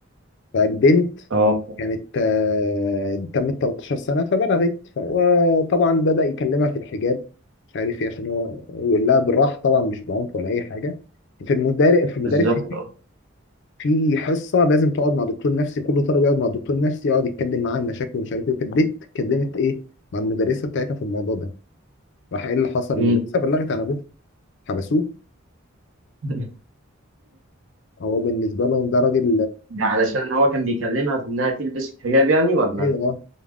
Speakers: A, on the left (about 60°); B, on the right (about 70°).
A: فبنت
B: اه
A: كانت آه، تمت 13 سنة فبلغت وطبعا بدأ يكلمها في الحجاب مش عارف ايه عشان هو يقول لها بالراحة طبعا مش بعنف ولا أي حاجة في المدارس في المدارس
B: بالظبط
A: <laughs>
B: اه
A: في حصة لازم تقعد مع دكتور نفسي كل طالب يقعد مع دكتور نفسي يقعد يتكلم معاه عن مشاكله ومش عارف ايه فالبنت اتكلمت ايه مع المدرسة بتاعتها في الموضوع ده راح ايه اللي حصل
B: مم.
A: المدرسة بلغت عن ابوه حبسوه
B: <laughs>
A: هو بالنسبة لهم ده راجل
B: ده علشان هو كان بيكلمها في انها تلبس الحجاب يعني ولا
A: ايوه اه